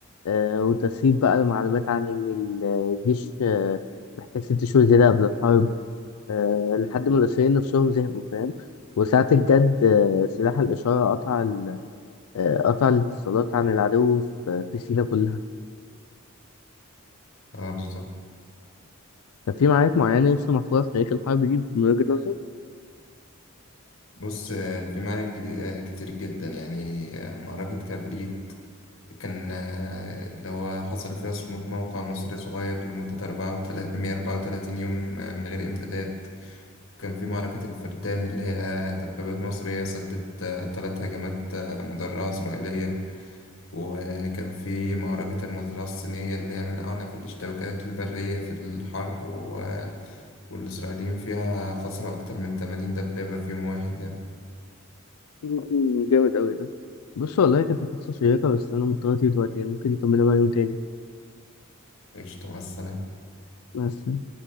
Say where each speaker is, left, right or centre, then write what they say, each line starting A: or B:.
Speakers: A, on the left (about 80°); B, on the left (about 60°).
A: آه، وتسريب بقى المعلومات عن إن الجيش آه، محتاج ست شهور زيادة قبل الحرب آه، لحد ما المصريين نفسهم زهقوا فاهم وساعة الجد آه، سلاح الإشارة قطع آه، قطع الاتصالات عن العدو في في سينا كلها
B: اه بالظبط
A: طب في معارك معينة لسه محفورة في تاريخ الحرب دي من وجهة نظرك؟
B: بص آه، في معارك جدي- آه، كتير جدا يعني آه، معركة كبريت كان آه، اللي هو حصل فيها صمود موقع مصري صغير لمدة أربعة وتلاتين مية وأربعة وتلاتين يوم آه، من غير إمدادات كان في معركة الفردان اللي هي دبابات مصرية سدت آه، تلات هجمات آه، مدرعة إسرائيلية وكان في معركة المزرعة الصينية اللي هي من أعنف الاشتباكات البرية في الحرب و... آه، والإسرائيليين فيها خسروا أكتر من 80 دبابة في يوم واحد يعني
A: مم، جامد أوي ده بص والله كانت محادثة شيقة بس أنا مضطر أطير دلوقتي يعني ممكن نكملها بقى يوم تاني
B: قشطة مع السلامة.
A: مع السلامة